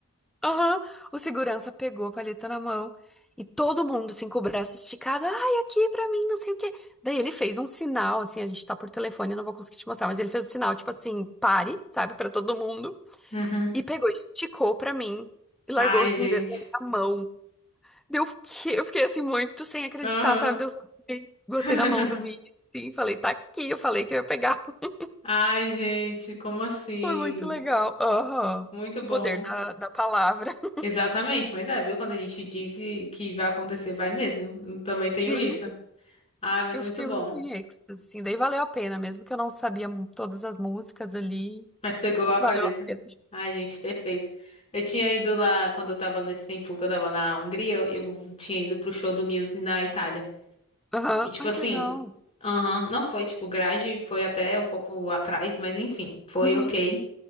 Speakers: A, in the centre; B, on the left.
A: Aham, o segurança pegou a palheta na mão. E todo mundo, assim, com o braço esticado. Ai, aqui pra mim, não sei o quê. Daí ele fez um sinal, assim, a gente tá por telefone, eu não vou conseguir te mostrar, mas ele fez um sinal, tipo assim, pare, sabe, pra todo mundo.
B: Uhum.
A: E pegou, esticou pra mim e largou
B: Ai,
A: assim
B: gente.
A: dentro da minha mão. Deu, eu fiquei eu fiquei, assim muito sem acreditar,
B: Aham.
A: sabe? Deu só botei botei
B: <laughs>
A: na mão do vídeo assim, falei, tá aqui, eu falei que eu ia pegar. <laughs>
B: Ai, gente, como assim?
A: Foi muito legal. Aham.
B: Muito bom.
A: Poder da, da palavra. <laughs>
B: Exatamente, mas é, viu? Quando a gente diz e- que vai acontecer, vai mesmo. Eu também tenho
A: Sim,
B: isso. Ai, mas
A: eu
B: muito
A: fiquei
B: bom.
A: muito em êxtase, assim. Daí valeu a pena, mesmo que eu não sabia mu- todas as músicas ali.
B: Mas pegou a
A: Valeu
B: palheta.
A: a pena.
B: Ai, gente, perfeito. Eu tinha ido lá, quando eu tava nesse tempo que eu tava na Hungria, eu, eu tinha ido pro show do Muse na Itália.
A: Aham.
B: E tipo
A: Ai,
B: assim,
A: que legal.
B: aham, não foi tipo grade, foi até um pouco atrás, mas enfim, foi
A: Uhum.
B: ok.